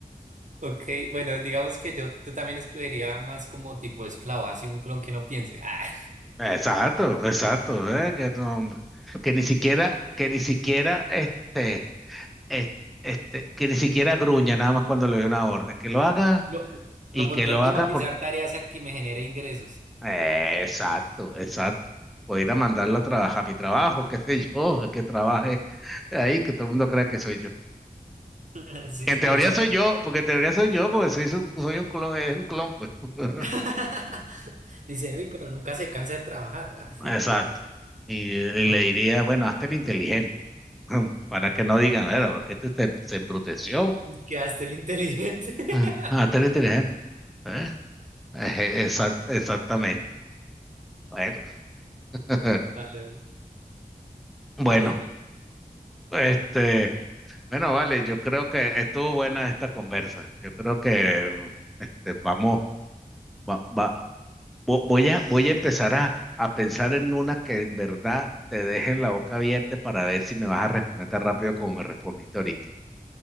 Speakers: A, on the right (about 55°); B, in the centre.
A: Ok, bueno, digamos que yo, yo también escogería más como tipo esclavo, así un clon que no piense. <laughs> Ah,
B: Exacto, exacto, eh, que no, hombre. Que ni siquiera, que ni siquiera este, es- este, que ni siquiera gruña nada más cuando le doy una orden, que lo haga
A: lo, lo
B: y
A: pondría
B: que lo
A: a automatizar
B: haga porque,
A: tareas y a que me genere ingresos.
B: eh, exacto, exacto. Voy a ir a mandarlo a trabajar, a mi trabajo, qué sé yo, que trabaje ahí, que todo el mundo crea que soy yo.
A: <laughs> Sí,
B: Que en teoría
A: exacto.
B: soy yo, porque en teoría soy yo, porque soy, su- soy un clon, es un clon, pues. <laughs>
A: <laughs> Dicen, uy, pero nunca se cansa de trabajar.
B: Exacto. Y, y
A: ah".
B: le diría, bueno, hazte el inteligente, <laughs> para que no digan, era, porque este se, se embruteció.
A: <laughs> Quedaste el inteligente. <laughs>
B: Ah, Hazte el inteligente. ¿eh? Eje, exact- exactamente. Bueno, <laughs>
A: Vale, vale.
B: bueno,
A: Ay, no.
B: este, bueno, vale, yo creo que estuvo buena esta conversa. Yo creo que este, vamos, va- va- vo- voy a, voy a empezar a, a pensar en unas que en verdad te dejen la boca abierta para ver si me vas a responder tan rápido como me respondiste ahorita.